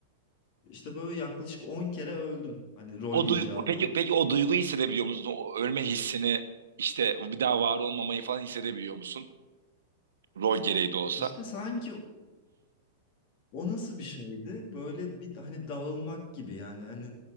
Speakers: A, on the left (about 50°); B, on the right (about 80°).
A: İşte böyle yaklaşık 10 kere öldüm. Hani rol
B: O
A: icabı.
B: duygu, peki peki o duyguyu hissedebiliyor musun? O ölme hissini işte bir daha var olmamayı falan hissedebiliyor musun? Rol gereği de olsa.
A: İşte sanki o nasıl bir şeydi? Böyle bir hani dağılmak gibi yani hani